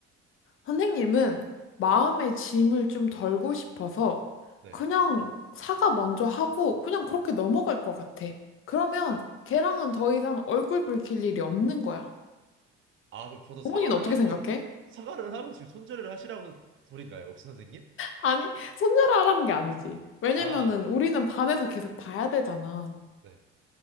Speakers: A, on the left; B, on the right.
A: 선생님은 마음의 짐을 좀 덜고 싶어서
B: 네.
A: 그냥 사과 먼저 하고 그냥 그렇게 넘어갈 것 같아. 그러면 걔랑은 더 이상 얼굴 붉힐 일이 없는 거야.
B: 아 그럼 저도 사과를
A: 어머니는 어떻게
B: 하고
A: 생각해?
B: 사과를 하고 지금 손절을 하시라고 소린가요, 혹시 선생님?
A: 아니, 손절하라는 게 아니지. 왜냐면은
B: 아
A: 우리는 반에서 계속 봐야 되잖아.
B: 네,